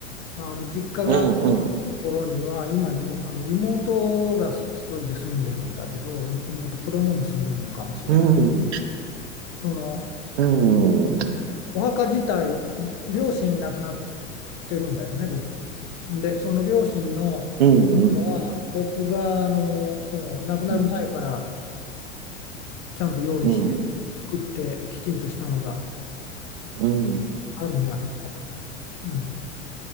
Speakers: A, on the left; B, on the right.
A: あの実家があるところには、
B: うん、うん、
A: 今ね、あの妹が一人で住んでるんだけど、い妹、子供も住んでるんかもしれない。
B: うん、
A: その
B: うん、うん、
A: お墓自体を、両親亡くなってるんだよね、僕。で、その両親のお墓は、
B: うん、
A: 僕があのもう亡くなる前から
B: うん、
A: ちゃんと用意して作ってきちんとしたのが
B: うん、うん、うん、
A: あるんだけど、うん、